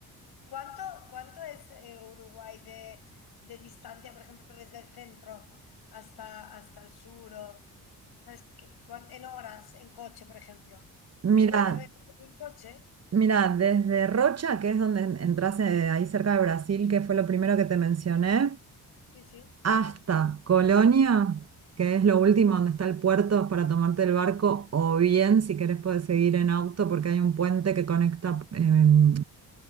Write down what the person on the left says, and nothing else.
¿Cuánto, cuánto es eh, Uruguay de, de distancia, por ejemplo, desde el centro hasta, hasta el sur? O, ¿sabes qué? ¿Cuán- En horas, en coche, por ejemplo. ¿Se
puede recorrer en coche?
Sí, sí.